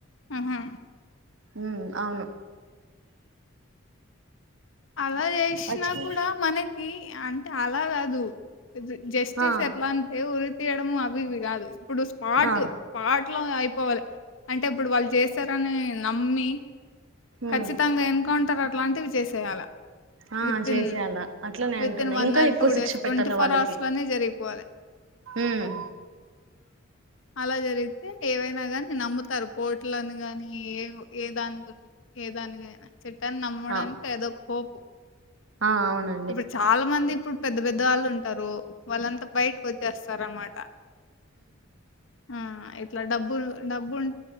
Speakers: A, on the left; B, on the right.
A: ఉమ్ హు
B: ఉమ్ అవును
A: అలా చేశినా
B: యాక్చువలీ
A: కూడా మనకి అంటే అలాగాదు ఇజ్ జస్టిస్
B: ఆ
A: ఎట్లా అంటే ఉరి తీయడము అవి ఇవి కాదు ఇప్పుడు స్పాట్
B: ఆ
A: స్పాట్ లో అయిపోవాలి అంటే ఇప్పుడు వాళ్ళు చేస్తారని నమ్మి ఖచ్చితంగా
B: ఉమ్
A: ఎన్కౌంటర్ అట్ అట్లాంటివి చేసేయాల
B: ఆ
A: వితిన్
B: చేసేయాల అట్లనే
A: వితిన్
B: అంటున్నా
A: వన్
B: ఇంకా
A: అవర్
B: ఎక్కువ
A: టూ
B: శిక్ష
A: డేస్ ట్వంటీ
B: పెట్టాలి
A: ఫోర్
B: వాళ్ళకి
A: అవర్స్ లోనే జరిగిపోవలి
B: ఉమ్
A: అలా జర్ తే ఏవైనా గాని నమ్ముతరు కోట్లు అన్ గానీ ఏవో ఏ దాని గు ఏదాన్ కైనా చట్టన్ నమ్మడాన్
B: ఆ
A: కి ఏదో ఒక్ హోప్
B: ఆ ఔను
A: ఇప్పుడ్ చాలా మంది ఇప్పుడ్ పెద్ద పెద్ద వాళ్ళు ఉంటారు వాళ్ళంతా బైటిక్ ఓచ్చేస్తారన్నమాట ఉమ్ ఇట్లా డబ్బుల్ డబ్బున్